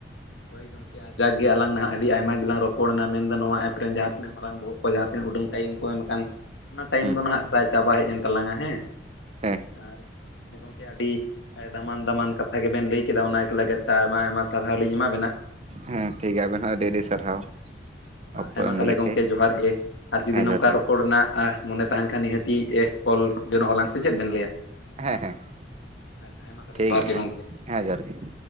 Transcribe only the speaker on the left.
ᱦᱳᱭ ᱜᱚᱝᱠᱮ ᱟᱡᱟᱠ ᱜᱮ ᱟᱞᱟᱝ ᱱᱟᱦᱟᱜ ᱟᱹᱰᱤ ᱟᱭᱢᱟ ᱜᱮᱞᱟᱝ ᱨᱚᱯᱚᱲᱮᱱᱟ ᱢᱮᱱᱫᱚ ᱱᱚᱣᱟ ᱮᱯᱨᱮ ᱨᱮᱱ ᱡᱟᱦᱟᱸ ᱛᱤᱱᱟᱹᱜ ᱢᱟᱨᱟᱝ ᱵᱚᱦᱚᱜ ᱠᱚ ᱡᱟᱦᱟᱸ ᱛᱤᱱᱟᱹᱜ ᱩᱰᱟᱹᱝ ᱴᱟᱭᱤᱢ ᱠᱚ ᱮᱢ ᱠᱟᱱ ᱚᱱᱟ ᱴᱟᱭᱤᱢ
ᱫᱚ ᱱᱟᱦᱟᱜ ᱯᱨᱟᱭ ᱪᱟᱵᱟ ᱦᱮᱡ ᱮᱱ ᱛᱟᱞᱟᱝᱟ ᱦᱮᱸ
ᱟᱨ ᱟᱹᱰᱤ ᱫᱟᱢᱟᱱ ᱫᱟᱢᱟᱱ ᱠᱟᱛᱷᱟ ᱜᱮᱵᱮᱱ ᱞᱟᱹᱭ ᱠᱮᱫᱟ ᱚᱱᱟ ᱞᱟᱹᱜᱤᱫ ᱛᱮ ᱟᱭᱢᱟ ᱟᱭᱢᱟ ᱥᱟᱨᱦᱟᱣ ᱞᱤᱧ ᱮᱢᱟ ᱵᱮᱱᱟ
ᱦᱮᱸ ᱢᱟ
ᱛᱟᱦᱚᱞᱮ
ᱜᱚᱢᱠᱮ
ᱡᱚᱦᱟᱨ ᱜᱮ ᱟᱨ ᱡᱩᱫᱤ
ᱱᱚᱝᱠᱟ
ᱨᱚ
ᱨᱚᱯᱚᱲ ᱨᱮᱱᱟᱜ ᱢᱚᱱᱮ ᱛᱟᱦᱮᱱ ᱠᱷᱟᱱ ᱱᱤᱦᱟᱹᱛᱤ ᱮ ᱠᱚᱞ ᱡᱚᱱᱚᱜ ᱟᱞᱟᱝ ᱥᱮ ᱪᱮᱫ ᱵᱮᱱ ᱞᱟᱹᱭᱟ
ᱟᱪᱪᱷᱟ ᱦᱮᱸ ᱢᱟ ᱛᱟᱦᱚᱞᱮ
ᱡᱚᱦᱟᱨ
ᱜᱮ
ᱜᱚᱝᱠᱮ